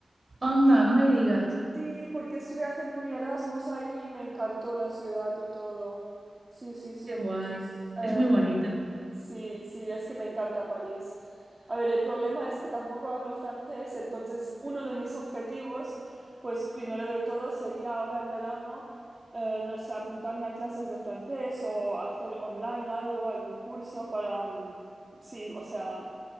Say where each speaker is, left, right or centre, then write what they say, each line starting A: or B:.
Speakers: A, on the right; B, on the right.
A: Anda, no me digas.
B: sí, porque estuve haciendo mi Erasmus ahí y me encantó la ciudad y todo. Sí, sí, sí,
A: Qué
B: entonces...
A: guay.
B: eh,
A: Es muy bonito.
B: Sí, sí, es que me encanta París. A ver, el problema es que tampoco hablo francés, entonces uno de mis objetivos, pues primero de todo sería ahora en verano, eh, no sé, apuntarme a clases de francés o hacer online algo, algún curso para, mm, sí, o sea,